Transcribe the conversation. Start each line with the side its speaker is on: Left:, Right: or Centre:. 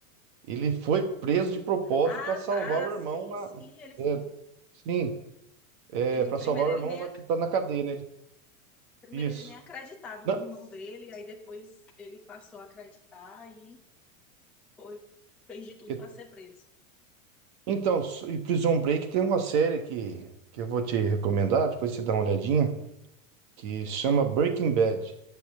Right: ele foi preso de propósito
Centre: Ah,
Right: para salvar
Centre: tá,
Right: o irmão
Centre: sim,
Right: na...
Centre: sim. Ele,
Right: é, sim, É,
Centre: ele
Right: pra
Centre: primeiro
Right: salvar o
Centre: ele
Right: irmão
Centre: nem
Right: lá que tá na cadeia, né? Ele-
Centre: Primeiro
Right: Isso.
Centre: ele nem acreditava
Right: Não,
Centre: no irmão dele, aí depois ele passou a acreditar e foi, fez de tudo
Right: e-
Centre: para ser preso.
Right: então, s- e Prison Break tem uma série que, que eu vou te recomendar, depois você dá uma olhadinha, que chama Breaking Bad.